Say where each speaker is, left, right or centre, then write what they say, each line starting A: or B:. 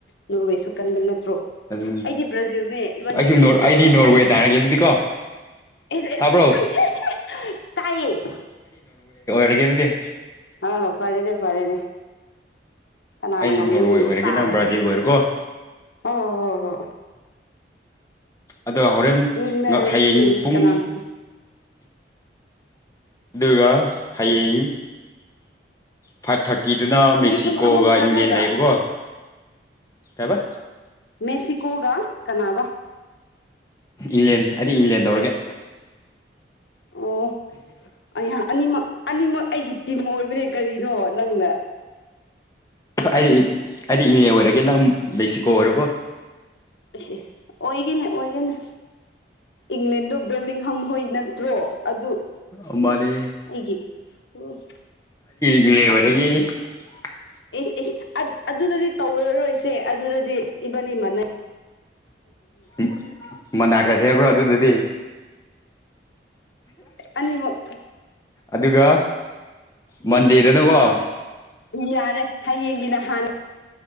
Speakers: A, on the left; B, on the left.
A: ꯅꯣꯔꯋꯦꯁꯨ ꯀꯟꯕꯅꯦ ꯭ꯔꯣ
B: ꯑꯗꯨꯅꯤ
A: ꯑꯩꯗꯤ ꯕ꯭ꯔꯥꯖꯤꯜꯅꯦ ꯏꯕꯥꯅꯤ
B: ꯑꯩꯁꯨ
A: ꯆꯞ ꯃꯥꯟꯅꯗꯧꯕ
B: ꯑꯩꯗꯤ ꯅꯣꯔꯋꯦ
A: ꯃꯥꯜꯂꯦ
B: ꯇꯥꯔꯒꯦ ꯑꯗꯨꯗꯤꯀꯣ
A: ꯏꯁ
B: ꯇꯥꯕ꯭ꯔꯣ
A: ꯏꯁ ꯇꯥꯏꯌꯦ
B: ꯃꯔꯔꯒꯦꯗꯗꯤꯦ <unintelligible>
A: ꯍꯥꯎ ꯐꯔꯦꯅꯦ ꯐꯔꯦꯅꯦ ꯀꯅꯥꯅ
B: ꯑꯩꯗꯤ
A: ꯉꯝꯕ꯭ꯔꯣ
B: ꯅꯣꯔꯋꯦ
A: ꯌꯦꯡꯕ
B: ꯑꯣꯏꯔꯒꯦ
A: ꯇꯥꯔꯦ
B: ꯅꯪ ꯕ꯭ꯔꯥꯖꯤꯜ
A: ꯑꯩ
B: ꯑꯣꯏꯔꯣꯀꯣ
A: ꯑꯣ ꯍꯣ ꯍꯣ ꯍꯣ
B: ꯑꯗꯣ ꯍꯣꯔꯦꯟ
A: ꯌꯦꯡꯅꯔꯁꯦ
B: ꯉ ꯍꯌꯦꯡ ꯄꯨꯡ
A: ꯀꯅꯥꯅ
B: ꯑꯗꯨꯒ ꯍꯌꯦꯡ ꯐꯥꯏꯚ ꯊꯥꯔꯇꯤꯗꯅ
A: ꯉꯁꯤ
B: ꯃꯦꯛꯁꯤꯀꯣꯒ
A: ꯄꯨꯡ ꯑꯃ ꯃꯈꯥꯏ
B: ꯏꯪꯂꯦꯟ
A: ꯍꯥꯏꯔ
B: ꯂꯩꯌꯦꯕꯀꯣ ꯀꯩꯑꯕ
A: ꯃꯦꯁꯤꯀꯣꯒꯥ ꯀꯅꯥꯕꯥ
B: ꯏꯂꯦꯟ ꯑꯩꯗꯤ ꯏꯂꯦꯟ ꯇꯧꯔꯒꯦ
A: ꯑꯣ ꯑꯩꯍꯥꯛ ꯑꯅꯤꯃꯛ ꯑꯅꯤꯃꯛ ꯑꯩꯒꯤ ꯇꯤꯝ ꯑꯣꯏꯕꯅꯦ ꯀꯔꯤꯅꯣ ꯅꯪꯅ
B: ꯑꯩ ꯑꯩꯗꯤ ꯏꯪꯂꯦ ꯑꯣꯏꯔꯒꯦ ꯅꯪ ꯃꯦꯛꯁꯤꯀꯣ ꯑꯣꯏꯔꯣꯀꯣ
A: ꯏꯁ ꯏꯁ ꯑꯣꯏꯒꯦꯅꯦ ꯑꯣꯏꯒꯦꯅꯦ ꯏꯪꯂꯦꯟꯗꯣ ꯕꯦꯜꯗꯤꯡ ꯍꯝꯍꯣꯏ ꯅ ꯇ꯭ꯔꯣ ꯑꯗꯨ
B: ꯑꯃꯗꯤ
A: ꯑꯩꯒꯤ ꯑꯣ
B: ꯏꯂꯦꯕꯔꯒꯤ <unintelligible>
A: ꯏꯁ ꯏꯁ ꯑꯠꯑꯗꯨꯗꯗꯤ ꯇꯧꯔꯔꯣꯏꯁꯦ ꯑꯗꯨꯗꯗꯤ ꯏꯕꯅꯤ ꯃꯥꯟꯅꯩ
B: ꯏ ꯃꯅꯥꯒꯖꯦ ꯍꯥꯏꯕ꯭ꯔꯣ ꯑꯗꯨꯗꯗꯤ
A: ꯑꯅꯤꯃꯛ
B: ꯑꯗꯨꯒ ꯃꯟꯗꯦꯗꯅꯀꯣ
A: ꯌꯥꯔꯦ ꯍꯌꯦꯡꯒꯤꯅ ꯍꯥꯟꯅ